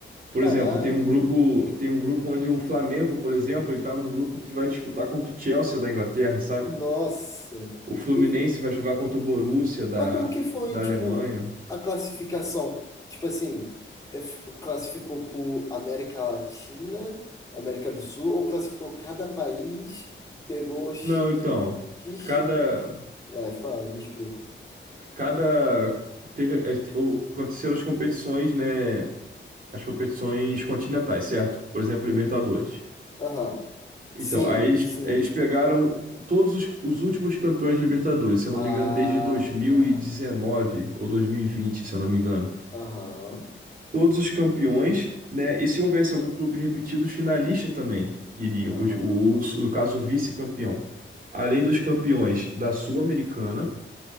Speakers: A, on the right; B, on the left.
A: Por
B: Caraca,
A: exemplo, tem um grupo, tem um grupo onde o Flamengo, por exemplo, ele tá num grupo que vai disputar contra o Chelsea da Inglaterra, sabe?
B: nossa.
A: O Fluminense
B: E-
A: vai jogar contra o Borussia da,
B: mas como que foi,
A: da
B: tipo,
A: Alemanha.
B: a classificação? Tipo assim, é, f- classificou por América Latina, América do Sul, ou classificou cada país, pegou X,
A: Não, então,
B: X,
A: cada,
B: X. Vai, fala, me explica.
A: cada teve eh, te- o- aconteceram as competições, né? As competições continentais, certo? Por exemplo, Libertadores.
B: Aham.
A: Então,
B: Sim,
A: aí eles,
B: sim.
A: eles pegaram todos os, os últimos campeões de Libertadores, se eu
B: Ah,
A: não me engano, desde 2019
B: tá.
A: ou 2020, se eu não me engano.
B: Aham.
A: Todos os campeões, né? E se houvesse algum clube repetido, os finalistas também iriam.
B: Aham.
A: Os, o, no caso, o vice-campeão. Além dos campeões da Sul-Americana